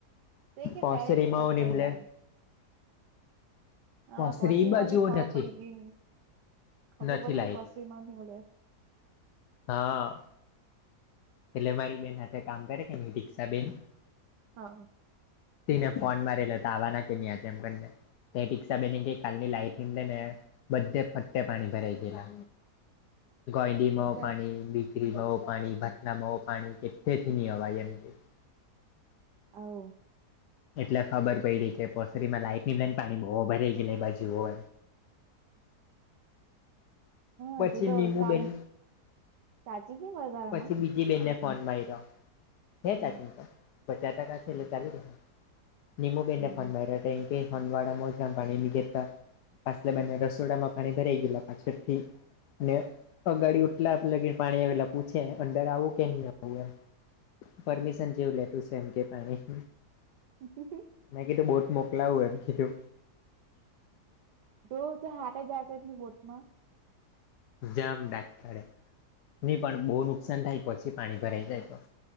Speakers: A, on the right (about 85°); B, on the left (about 80°).
A: તો એ કે
B: પાસરી
A: મેરેટ થી
B: માવું
A: કટ કરી
B: નિમલે-
A: લાગે
B: -
A: હા
B: પોસરી
A: પોસ્ટરીમાં
B: બાજુઓ
A: ભી ખાો
B: નથી
A: પડી ગય ખવું
B: નથી
A: પડી
B: લાઈટ
A: પોસ્ટરીમાં બલે- -
B: હા. એટલે મારી બેન હાથે કે ન રિક્ષા બેન- -
A: હા.
B: ને ફોન મારે લ ત આવવા ના કે ન્યા છે એમને. તે રિકા બેની કે કાલની લાઈટ ની લે ને બધે ફતે પાણી ભરાઈ ગેલા ગઈંદ માવ
A: એટલે
B: પાણી બિક્રીમાંવ પાણી ભ- - નામવ પાણી કેટતેથી નિ ભાઈ એમ કે- -
A: આવો
B: એટલે ખબર પડી કે પોસરી માં લાઈટ ની બ લઈને પાણી ભરા ગયલુ એ બાજુ હો. પછી
A: હ તે તો
B: નીબુ
A: કાલ
B: બેન
A: સાચી જ વધારામાં
B: પછી બી જી બેનને ફોન મારી રહ્યો છે
A: હમ
B: તા ચિંતા પચાસ ટકા છે
A: હમ
B: એટલે ચાલીરેહે નિમું બેને
A: હમ
B: ફોન માયરો તે કે હવાડામાં જ પાણી ની ગેતા પાછલા બને રસોડામાં પાણી ભરાઈ ગયલા પાછળ થી. ને અગાડી ઓટલા લગીને પાણી આવેલા પૂછે અંડર આવું કે નહી આવું એમ. પરમિશન જેવું લેતું સે એમ કે પાણી
A: <unintelligible>
B: મે કીધુ બોટ મોકલાવુ એમ કિધુ.
A: ડો તો હાથે જાગ જ ની બોટ માં
B: જામ ડાત કાડે નહી પણ બહુ નુકસાન થાય પછી પાણી ભરાઈ જાય તો.